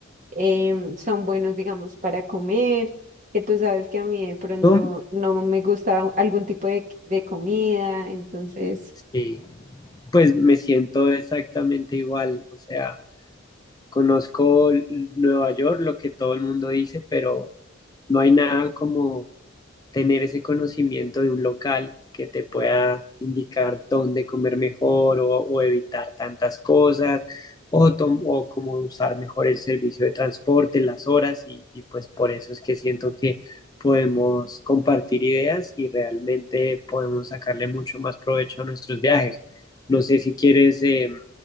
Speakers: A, on the right (about 35°); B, on the left (about 20°).
A: em, son buenos, digamos, para comer, que tú sabes que a mí de pronto
B: ¿no?
A: no me gusta algún tipo de, de comida, entonces,
B: Sí, pues me siento exactamente igual. O sea... Conozco Nueva York, lo que todo el mundo dice, pero no hay nada como tener ese conocimiento de un local que te pueda indicar dónde comer mejor o, o evitar tantas cosas o, tom- o cómo usar mejor el servicio de transporte, las horas y, y pues por eso es que siento que podemos compartir ideas y realmente podemos sacarle mucho más provecho a nuestros viajes. No sé si quieres em,